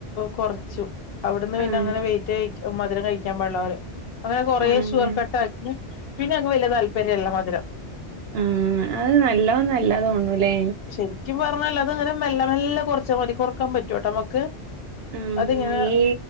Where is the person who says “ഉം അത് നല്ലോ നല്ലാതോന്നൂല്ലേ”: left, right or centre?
Right